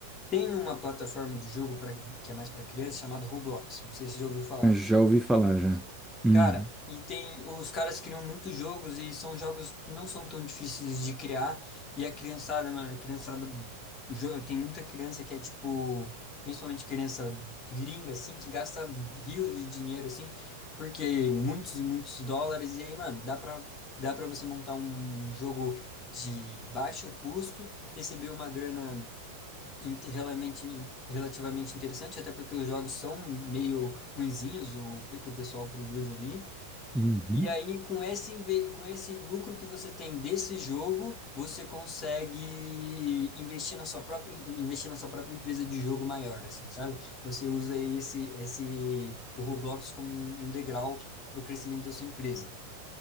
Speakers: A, on the left; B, in the centre.
A: Tem uma plataforma de jogo pra, que é mais para criança chamada Roblox. Não sei se você já ouviu falar.
B: Hum, Já ouvi falar, já. Hum,
A: Cara, e tem, os caras criam muitos jogos e são jogos que não são tão difíceis de criar. E a criançada, mano, a criançada, jo- tem muita criança que é tipo, principalmente criança gringa, assim, que gasta rios de dinheiro, assim, porque muitos e muitos dólares. E aí, mano, dá pra, dá pra você montar um jogo de baixo custo, receber uma grana in- relativamente, relativamente interessante, até porque os jogos são meio ruinzinhos, o que o pessoal produz ali.
B: uhum.
A: E aí, com esse, inve- com esse lucro que você tem desse jogo, você consegue investir na sua própria, investir na sua própria empresa de jogo maior, assim, sabe? Você usa esse, esse, o Roblox como um um degrau para o crescimento da sua empresa.